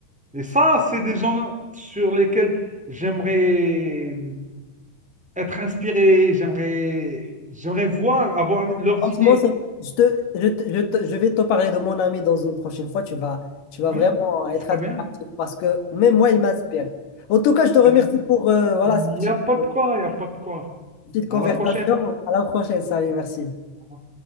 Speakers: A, in the centre; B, on the left.
A: Et ça, c'est des gens sur lesquels j'aimerais être inspiré, j'aimerais, j'aimerais voir, avoir leurs
B: Franchement,
A: idées.
B: c'est- je, te, je, te- je te- je vais te parler de mon ami dans une prochaine fois. Tu vas, tu vas
A: Oui,
B: vraiment être
A: ce serait
B: admiratif
A: bien,
B: parce que même moi, il
A: très
B: m'inspire.
A: bien,
B: En tout cas, je te remercie
A: très bien.
B: pour euh, voilà,
A: Il
B: cette petite,
A: n'y a pas
B: cette
A: de quoi, il n'y a pas de quoi.
B: petite conversation.
A: À la prochaine.
B: À la prochaine. Salut, merci.
A: Au revoir.